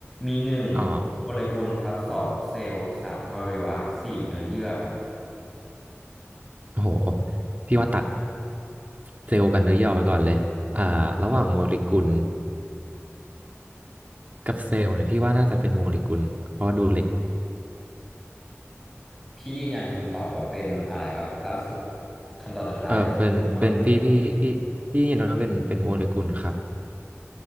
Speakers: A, in the centre; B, on the right.
A: มีหนึ่ง
B: อ๋อ
A: โมเลกุลครับสองเซลล์สามอวัยวะสี่เนื้อเยื่อครับ
B: โอ้โหพี่ว่าตัดเซลล์กับเนื้อย่อไปก่อนเลยอ่าระหว่างโมเลกุลกับเซลล์เนี่ยพี่ว่าน่าจะเป็นโมเลกุลเพราะว่าดูเล็ก
A: พี่ยืนยันคำตอบว่าเป็นอะไรครับล่าสุดคำตอบสุดท้ายเซลล์หรือโมเลกุลครับ
B: เออเป็นเป็นพี่พี่พี่พี่เห็นว่าเป็นเป็นโมเลกุลครับ